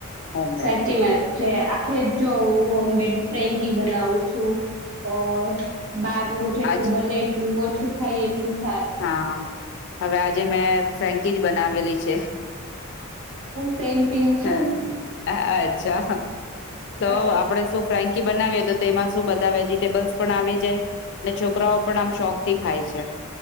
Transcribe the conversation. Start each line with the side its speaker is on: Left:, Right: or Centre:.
Left: હોમમેડ
Right: સાચી વાત છે આે જો હોમબેડ ફ્રેન્કી બનાવું છું અ બાર નું જેટલું
Left: આજ
Right: બને એટલું ઓછું ખાઈએ <unintelligible>
Left: હા હવે આજે મેં ફેન્કી જ બનાવેલી છે
Right: સેમ પિન છે
Left: હ
Right: ને?
Left: અચ્છા તો
Right: હમ
Left: આપડે શું ફન્ક કી બનાવીએ તો તેમાં શું બધા વેજીિટેબલ્સ પણ આવી જાય અને છોકરાઓ પણ આમ શોખથી ખાય છે